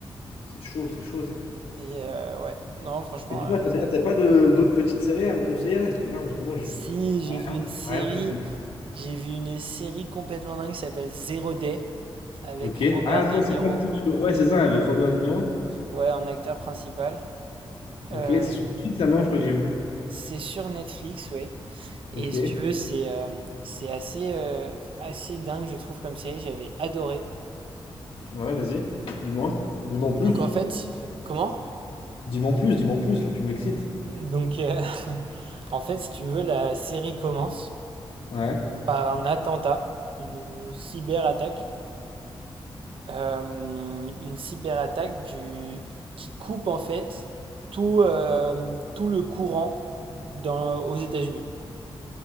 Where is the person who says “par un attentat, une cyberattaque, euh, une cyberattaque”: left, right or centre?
Right